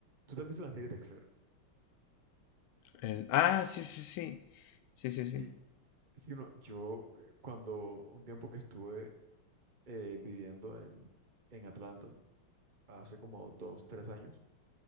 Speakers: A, on the right; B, on the left.
A: ¿tú te has visto la serie Dexter?
B: El... Ah, sí, sí, sí. Sí, sí,
A: Sí,
B: sí.
A: sí, no, yo eh, cuando un tiempo que estuve eh, viviendo en, en Atlanta, hace como dos, tres años,